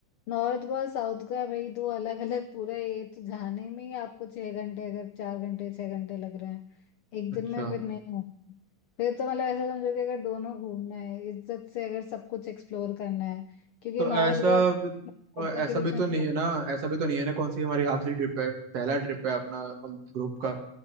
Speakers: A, on the left (about 80°); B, on the right (about 55°).
A: नॉर्थ गोवा साउथ गोवा भाई दो अलग अलग पूरा ये तो जाने में ही आपको छह घंटे अगर चार घंटे छह घंटे लग रहे हैं एक
B: अच्छा
A: दिन में फिर नहीं होगा फिर तो मतलब ऐसा समझो कि अगर दोनों घूमना है इज्जत से अगर सब कुछ एक्सप्लोर करना है क्योंकि
B: तो
A: नॉर्थ
B: ऐसा
A: गोवा साउथ
B: भी- तो
A: गोवा
B: ऐसा
A: के बीच
B: भी तो
A: में
B: नहीं है ना ऐसा भी तो नहीं है ना कौन सी हमारी आखिरी ट्रिप है पहला ट्रिप है अपना हम ग्रुप का